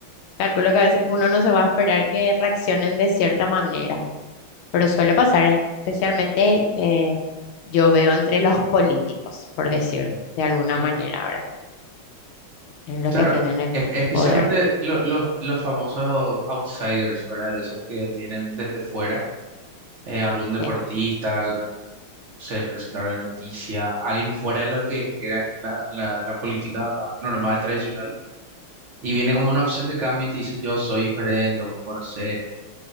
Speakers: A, on the left (about 75°); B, on the right (about 80°).
A: calculo que a veces uno no se va a esperar que reaccionen de cierta manera, pero suele pasar, eh, especialmente eh, yo veo entre los políticos, por decir,
B: Ujú.
A: de alguna
B: Sí,
A: manera, ¿verdad? En los
B: claro.
A: que tienen el
B: es- Especialmente
A: poder.
B: lo- los, los famosos outsiders, ¿verdad? Esos que vienen desde fuera eh, algún deportista,
A: sí,
B: al- algún, no sé, presentador de noticias, alguien fuera de lo que era la, la, la política normal, tradicional, y viene como una opción de cambio y te dice, yo soy diferente, vos me conocés,